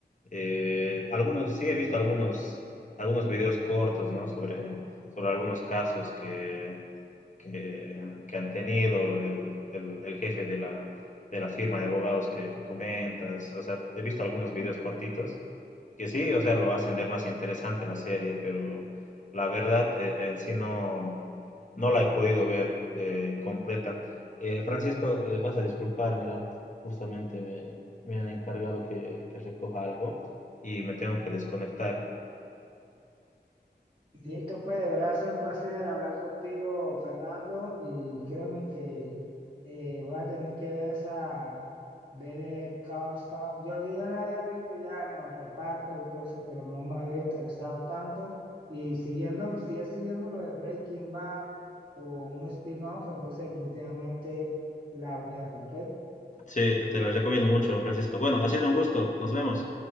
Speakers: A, on the left; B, on the right.
A: Eh, algunos, sí he visto algunos, algunos videos cortos, ¿no? Sobre, sobre algunos casos que, que, que han tenido el, el, el jefe de la, de la firma de abogados que, que comentas. O sea, he visto algunos videos cortitos que sí, o sea, lo va a hacer más interesante la serie, pero la verdad eh, en sí no, no la he podido ver eh, completa. Eh, Francisco, eh, vas a disculpar, mira, justamente me, me han encargado que, que recoja algo y me tengo que desconectar.
B: Listo, pues, de verdad ha sido un placer hablar contigo, Fernando, y créeme que eh, voy a tener que ver esa Better Call Saul. Yo, yo la había visto ya en los repartos y todo eso, pero no me había interesado tanto. Y siguiendo, si es siguiendo lo de Breaking Bad o un spin-off, entonces definitivamente la voy a ver, ¿ok?
A: Sí, te la recomiendo mucho, Francisco. Bueno, ha sido un gusto, nos vemos.